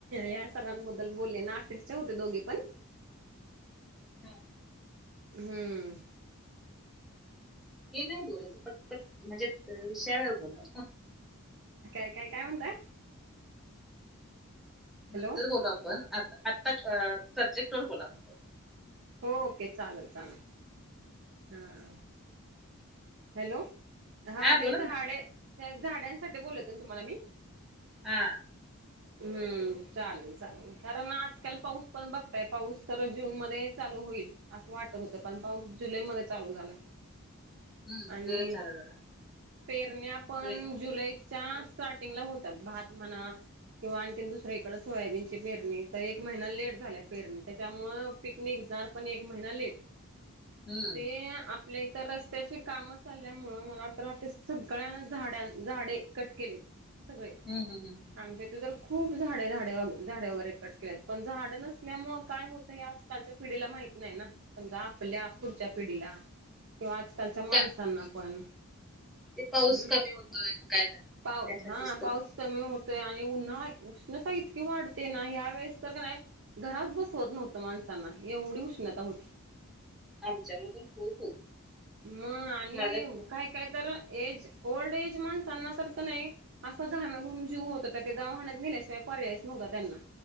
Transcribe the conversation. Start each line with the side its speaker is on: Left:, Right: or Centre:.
Right: या सणांबद्दल बोलले नाशिकच्या होत्या दोघीपण.
Centre: हा...
Right: हूं
Centre: हे नाही बोलायचं पटपट म्हणजे विषया वेळ बोला.
Right: काय, काय, काय म्हणताय? हॅलो
Centre: नंतर बोलू आपण आ आत्ता सब्जेक्ट वर बोला म.
Right: हो ओके चालल, चालल. हां. हॅलो हा
Centre: बोला
Right: ते झाडे
Centre: ना
Right: त्या झाडांसाठी बोलले होते ना तुम्हांला मी.
Centre: हा
Right: हूं.. चालेल, चालेल. कारण आजकाल पाऊस पण बघताय, पाऊस तर जून मध्ये चालू होईल. असं वाटत होतं पण पाऊस जुलै मध्ये चालू झालाय.
Centre: हम्म
Right: आणि
Centre: वेळ झाला जरा
Right: पेरण्या पण
Centre: वेळ
Right: जुलै घ्या स्टार्टिंगला होतात भात म्हणा, किंवा आणखीन दुसरीकडं सोयाबीनची पेरणी तर एक महिना लेट झाल्या पेरणी त्याच्यामुळं पीक निघणार पण एक महिना लेट
Centre: हम्म
Right: ते आपल्या इथं रस्त्याची कामं चालल्यामुळं मला तर वाटतंय सगळ्यांना झाडां झाडे कट केलेत सगळे.
Centre: हम्, हम, हम, हम...
Right: आमच्या इथे तर खूप झाडे, झाडे -झाडे वगैरे कट केल्यात पण झाड नसल्यामुळं काय होतय हे आजकालच्या पिढीला माहित नाही ना, समजा आपल्या पुढच्या पिढीला किंवा आजकाल च्या माणसांना
Centre: त्या
Right: पण.
Centre: ते पाऊस
Right: हम्म
Centre: कमी होतोय काय का
Right: पाऊस
Centre: त्यासाठीच
Right: हा
Centre: तर,
Right: पाऊस कमी होतंय आणि उन्हाळ उष्णता इतकी वाढते ना ह्या वेळेस तर का नाही, घरात बसवत नव्हतं माणसांना, एवढी उष्णता होती.
Centre: आमच्याकडं पण खूप.
Right: मग आणि
Centre: झाडं खूप
Right: काय- काय तर एज, ओल्ड एज माणसांना तर का नाही असा घामाघुम जीव होत होता ते दवाखान्यात नेल्याशिवाय पर्यायच नव्हता त्यांना,